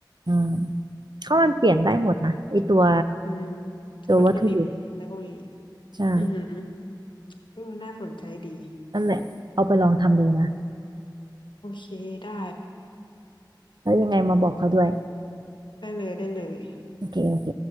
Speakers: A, on the right (about 65°); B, on the left (about 80°).
A: อืมเพราะมันเปลี่ยนได้หมดนะไอตัว
B: อืม
A: ตัววัตถุดิบ
B: วัตถุดิบอะไรพวกนี้
A: ใช่
B: อือหือเออน่าสนใจดี
A: นั่นแหละเอาไปลองทำดูนะ
B: โอเคได้
A: แล้วยังไงมาบอกเขาด้วย
B: ได้เลยได้เลย
A: โอเค โอเค